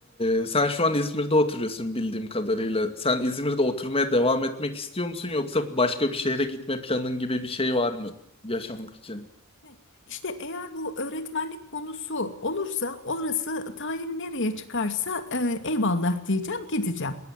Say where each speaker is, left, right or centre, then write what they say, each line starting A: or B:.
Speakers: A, on the left; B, on the left.
A: e, sen şu an İzmir'de oturuyorsun bildiğim kadarıyla. Sen İzmir'de oturmaya devam etmek istiyor musun yoksa başka bir şehre gitme planın gibi bir şey var mı yaşamak için?
B: Evet. İşte eğer bu öğretmenlik konusu olursa orası tayin nereye çıkarsa e, eyvallah diyeceğim gideceğim.